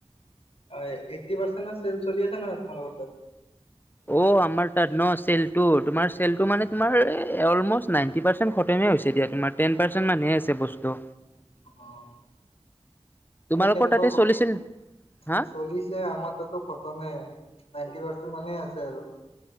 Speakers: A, on the left; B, on the left.
A: অ' এইটি পাৰ্চেন্টত চেল চলি আছে ন তোমালোকৰ তাত।
B: অ' আমাৰ তাত ন চেলতো তোমাৰ চেলটো মানে তোমাৰ চেলটো তোমাৰ এই অলমোৰচ নাইনটি পাৰ্চেন্টেজ পৰণ্টেচেল শেষে হৈছে দিয় তোমাৰ টেন পাৰ্চেন্টে মানহে আছে বস্তু।
A: অহ'
B: তোমালোকৰ
A: এনে কেনেকুৱা
B: তাতে
A: বোৰ
B: চলিছিল হা
A: চলিছে আমাৰ তাতো খতমে নাইনটি পাচেণ্ট কিমানে আছে আৰু